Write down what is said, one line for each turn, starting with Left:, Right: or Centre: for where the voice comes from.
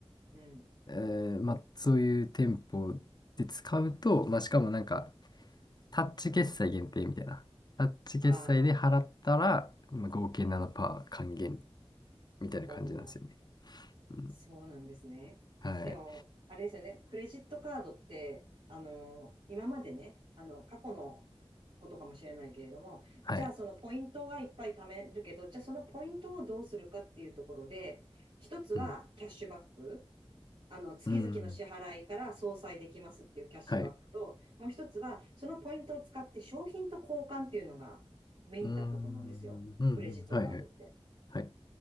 Right: うん。
Left: えー、まあ、そういう店舗で使うと、まあ、しかもなんか、タッチ決済限定みたいな。タッチ決済で払ったら、
Right: ああ、
Left: まあ、合計7%
Right: うん。
Left: 還元みたいな感じなんですよね。
Right: おお、
Left: うん。
Right: そうなんですね。
Left: はい。
Right: でも、あれですよね。クレジットカードって、あの、今までね、あの、過去のことかもしれないけれども、
Left: はい。
Right: じゃあそのポイントはいっぱい貯めるけど、じゃあそのポイントをどうするかっていうところで、一つはキャッシュバック。
Left: うん。
Right: あの、月々の支払いから相殺できますっていうキャッシュバックと、
Left: うん。はい。
Right: もう一つは、そのポイントを使って商品と交換っていうのがメインだったと思うんですよ。
Left: うーん。うん。うん。
Right: クレジットカードって。
Left: はい。はい。はい。